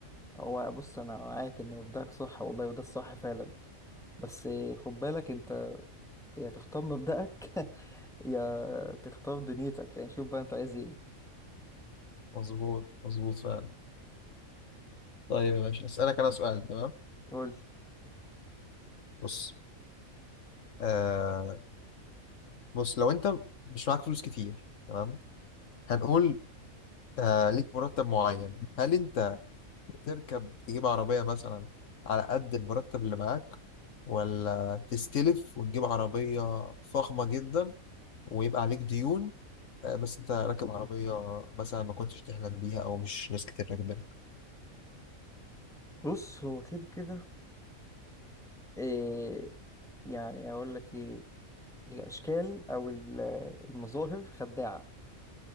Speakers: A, in the centre; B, on the left.
A: هو بص انا معاك ان مبدأك صح والله وده الصح فعلا بس خد بالك انت يا تختار مبدأك <laughs> يا تختار دنيتك يعني شوف بقى انت عايز ايه
B: مظبوط مظبوط فعلا طيب يا باشا اسالك انا سؤال تمام
A: قول
B: بص آه بص لو انت مش معاك فلوس كتير تمام هنقول آه ليك مرتب معين هل انت تركب تجيب عربيه مثلا على قد المرتب اللي معاك ولا تستلف وتجيب عربيه فخمه جدا ويبقى عليك ديون آه، بس انت راكب عربية مثلا ما كنتش تحلم بيها او مش ناس كتير راكبينها
A: بص هو كده كده إيه يعني اقول لك ايه الاشكال او ال- المظاهر خداعة